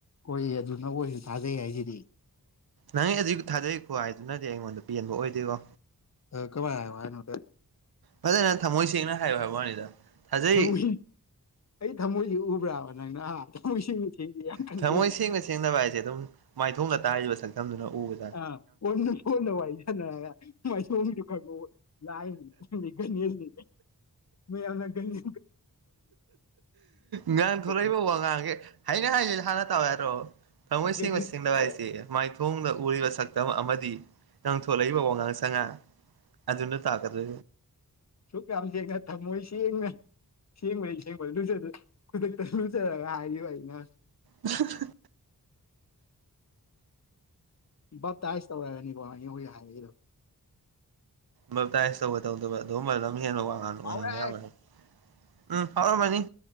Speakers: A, on the left; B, on the right.
A: ꯍꯣꯏꯌꯦ ꯑꯗꯨ ꯅ ꯑꯩ ꯑꯣꯏꯁꯨ ꯊꯥꯖꯩ ꯍꯥꯏꯁꯤꯗꯤ
B: ꯅꯪ ꯑꯗꯨ ꯊꯥꯗꯩꯀꯣ ꯍꯥꯏꯗꯨꯅꯗꯤ ꯑꯩꯉꯣꯟꯗ ꯄꯦꯟꯕ ꯑꯣꯏꯗꯣꯏꯀꯣ
A: ꯀꯋꯥ ꯍꯥꯏ ꯍꯥꯏ ꯅꯣꯇ
B: ꯐꯖꯅ ꯊꯝꯃꯣꯏ ꯁꯦꯡꯅ ꯍꯥꯏꯌꯨ ꯍꯥꯏꯕ ꯋꯥꯅꯤꯗ ꯊꯥꯖꯩ
A: ꯊꯃꯣꯏ ꯑꯩ ꯊꯃꯣꯏꯁꯤ ꯎꯕ꯭ꯔꯥꯕ ꯅꯪꯅ ꯊꯃꯣꯏꯁꯤꯦꯡꯕꯨ ꯊꯦꯡꯁꯦ ꯌꯥꯝ ꯈꯪꯗꯈꯤꯕꯅꯦ
B: ꯊꯃꯣꯏ ꯁꯦꯡꯅ ꯁꯦꯡꯅꯕ ꯍꯥꯏꯁꯦ ꯑꯗꯨꯝ ꯃꯥꯏꯊꯣꯡꯅ ꯇꯥꯔꯤꯕ ꯁꯛꯇꯝꯗꯨꯅ ꯎꯕꯅꯤ
A: ꯑꯥ ꯑꯣꯟꯅ ꯀꯣꯟꯅ ꯋꯥꯔꯤ ꯁꯥꯟꯅꯔꯒ ꯃ ꯁꯣꯝꯁꯨ ꯈꯔ ꯂꯥꯏ ꯅꯤ ꯃꯌꯥꯝꯅ ꯀꯅꯤ
B: ꯉꯥꯟꯊꯣꯔꯛꯏꯕ
A: ꯑꯩ
B: ꯋꯥ ꯉꯥꯡꯒꯦ ꯍꯥꯏꯅꯦ ꯍꯥꯏꯌꯦ ꯍꯥꯟꯅ ꯇꯧꯋꯦꯔꯣ ꯇꯥꯃꯣ ꯁꯤ
A: ꯒꯅꯦꯁꯀꯤ
B: ꯃꯁꯤꯡꯗ
A: ꯄꯥꯎ
B: ꯍꯥꯏꯁꯤꯦ ꯃꯥꯏꯊꯣꯡꯗ ꯎꯔꯤꯕ ꯁꯛꯇꯝ ꯑꯃꯗꯤ ꯉꯪꯊꯣꯂꯛꯏꯕ ꯋꯥꯉꯥꯡ ꯁꯉꯥ ꯑꯗꯨ ꯇꯥꯀꯗ
A: ꯁꯨ ꯀꯥ ꯆ ꯉ ꯊꯝꯃꯣꯏꯁꯤ ꯌꯦꯅ ꯁꯦꯡꯕꯩ ꯁꯦꯡꯕ ꯂꯨ ꯈꯨꯗꯛꯇ ꯂꯨꯖꯔꯒ ꯍꯥꯏꯌꯨ ꯑꯩꯅ
B: ꯎ
A: ꯕꯥꯦꯞꯇꯥꯏꯁ ꯇꯧꯔꯛꯒꯅꯤꯀꯣ ꯑꯩ ꯍꯧꯈꯣꯏ ꯍꯥꯏꯔꯒꯤꯗꯣ
B: ꯞꯇꯥꯏꯁ ꯇꯧꯕ ꯇꯧꯗꯕ ꯑꯗꯨꯒꯨꯝꯕꯗ ꯑꯗꯨꯝ ꯍꯦꯟꯕ ꯋꯥꯌꯥꯝ
A: ꯍꯥꯎꯔꯦ
B: ꯎꯝ ꯐꯥꯎꯔꯣꯕꯅꯤ